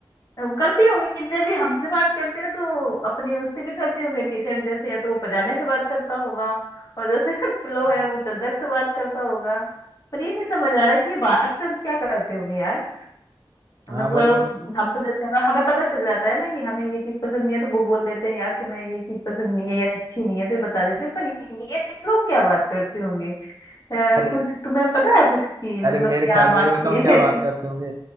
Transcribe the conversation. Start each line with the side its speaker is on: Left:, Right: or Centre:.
Left: करती होगी जब भी हमसे बात करते हैं तो अपने उससे भी करते होंगे टी शर्ट जैसे है तो वो पजामे से बात करता होगा और जैसे <laughs> पिलो
Right: <laughs>
Left: है वो चादर से बात करता होगा पर ये नहीं समझ आ रहा कि ये बात कर क्या करते होंगे यार मतलब
Right: हाँ वही
Left: हम तो जैसे हमें हमें पता चल जाता है ना कि हमें ये चीज पसंद नहीं है तो वो बोल देते हैं यार तुम्हें ये चीज पसंद नहीं है या अच्छी नहीं है तो ये बता देते हैं, पर ये लोग क्या बात करते होंगे अ,
Right: अरे
Left: कुछ तुम्हें पता है कुछ की मतलब
Right: अरे मेरे
Left: क्या
Right: ख्याल में
Left: बात
Right: ये बताऊं
Left: की
Right: क्या
Left: है
Right: बात
Left: <laughs> कुछ
Right: करते होंगे